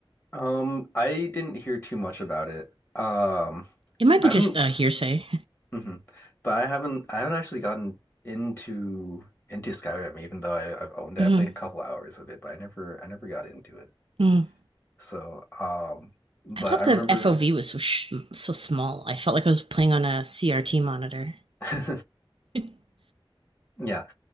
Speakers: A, on the left (about 25°); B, on the right (about 80°).
A: Um, I didn't hear too much about it. Um,
B: It might be
A: I
B: just
A: haven't,
B: uh, hearsay.
A: mhm. but I haven't, I haven't actually gotten into into Skyrim, even though I, I've owned it.
B: Mhm.
A: I played a couple hours of it, but I never, I never got into it.
B: Mm.
A: So, um, but
B: I thought
A: I
B: the
A: remember,
B: FOV was so sh- so small. I felt like I was playing on a CRT monitor.
A: <laughs>
B: <laughs>
A: yeah,